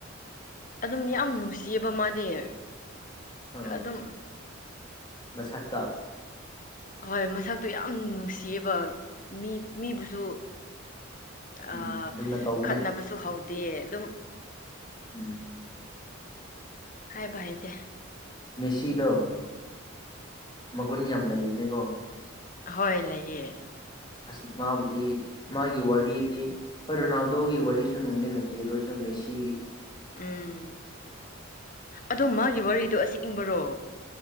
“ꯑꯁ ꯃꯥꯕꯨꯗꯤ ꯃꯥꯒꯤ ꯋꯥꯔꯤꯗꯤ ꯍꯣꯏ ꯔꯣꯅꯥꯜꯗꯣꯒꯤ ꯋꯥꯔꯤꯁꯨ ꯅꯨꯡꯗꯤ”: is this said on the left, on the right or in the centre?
Left